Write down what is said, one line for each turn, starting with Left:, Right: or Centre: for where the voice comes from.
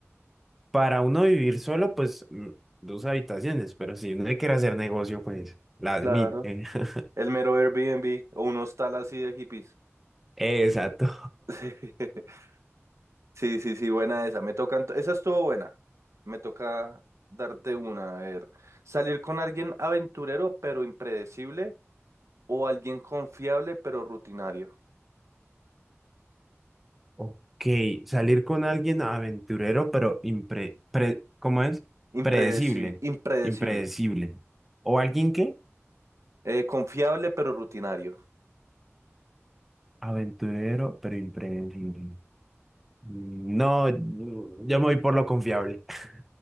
Centre: para uno vivir solo, pues mm, dos habitaciones, pero si uno quiere hacer negocio, pues las
Right: Claro.
Centre: mil. <laughs>
Right: El mero Airbnb o unos tal así de hippies.
Centre: Exacto.
Right: <laughs> Sí, sí, sí, buena esa. Me toca, ento- esa estuvo buena. Me toca darte una. A ver, salir con alguien aventurero pero impredecible o alguien confiable pero rutinario.
Centre: Ok, salir con alguien aventurero, pero impre, pre- ¿cómo es?
Right: Impredeci-
Centre: Predecible,
Right: impredecible.
Centre: impredecible. ¿O alguien qué?
Right: Eh, confiable pero rutinario.
Centre: Aventurero, pero impredecible. Mm, No, mm, yo me voy por lo confiable. <laughs>